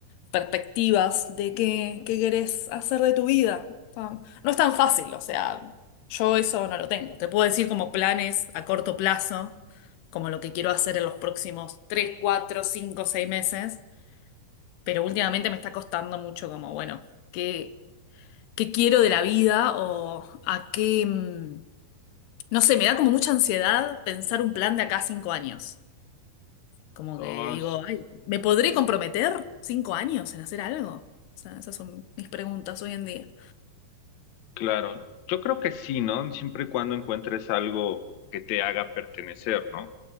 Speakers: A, on the left; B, on the left.
A: perspectivas de qué, qué querés hacer de tu vida. Está- No es tan fácil, o sea, yo eso no lo tengo. Te puedo decir como planes a corto plazo, como lo que quiero hacer en los próximos 3, 4, 5, 6 meses, pero últimamente me está costando mucho como, bueno, qué, qué quiero de la vida o a qué... mm, No sé, me da como mucha ansiedad pensar un plan de acá a 5 años. Como
B: No,
A: que digo,
B: es-
A: ay, ¿me podré comprometer cinco años en hacer algo? O sea, esas son mis preguntas hoy en día.
B: claro. Yo creo que sí, ¿no? Siempre y cuando encuentres algo que te haga pertenecer, ¿no?